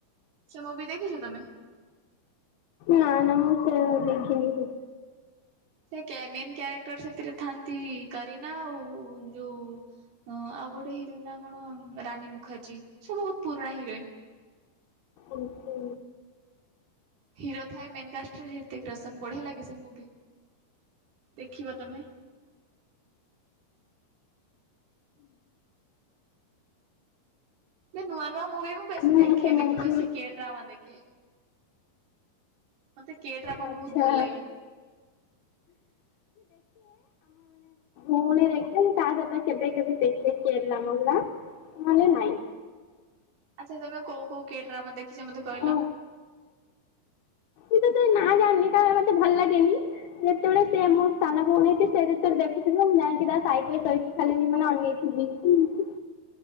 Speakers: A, on the right; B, on the left.
A: ସେ ମୁଭି ଦେଖିଛ ତମେ?
B: ନାଁ ନା ମୁ ଦେଖିନି
A: ସେ ମେନ୍ କ୍ୟାରେକ୍ଟର ସେଥିରେ ଥାନ୍ତି କରିନା ଆଉ ଯୋଉ ହଁ ଆଉ ଗୋଟେ ହିରୋଇନ ନା କଣ ରାନୀ ମୁଖାର୍ଜୀ ସେ ବହୁତ ପୁରୁଣା ହିରୋଇନ।
B: ଓହୋ।
A: ହିରୋ ଥା ମେନକାଷ୍ଟର ହିତିକ ରୋସନ ବଢିଆ ଲାଗେ ସେ ମୁଭି। ଦେଖିବ ତମେ। ହ ନୂଆ ନୂଆ ମୁଭି ମୁଁ ବେଶୀ
B: ନା
A: ଦେଖେନି।
B: ସେ ମୁଭି
A: ମୁଁ ବେଶୀ କିଏ ଡ୍ରାମା ଦେଖେ। ମତେ କେ ଡ୍ରାମା
B: ଆଚ୍ଛା
A: ବହୁତ ଭଲ ଲାଗେ।
B: ପୁଣି ଦେଖ ତା ସହିତ କେବେ କେବେ ଦେଖି ମ ନହଲେ ନାଇଁ
A: ଆଚ୍ଛା ତମେ କଉ କୋଉ କିଏ ଡ୍ରାମା ଦେଖଛ ମତେ କହିଲ?
B: ମୁଁ <inaudible> ଜାଣିନି କାଳେ ମତେ ଭଲଲାଗେନି। ଯେତେବେଳେ ସେ ମୁଁ ସାନଭଉଣୀ ଅଛି ସେ ଯେତେବେଳେ ଦେଖିଥିବେ ମୁଁ ଯାଇଙ୍କୀ ତା ସାଇଟ୍ ରେ ଖେଳିକି ଖାଲି ମାନେ ଅନେଇ <unintelligible>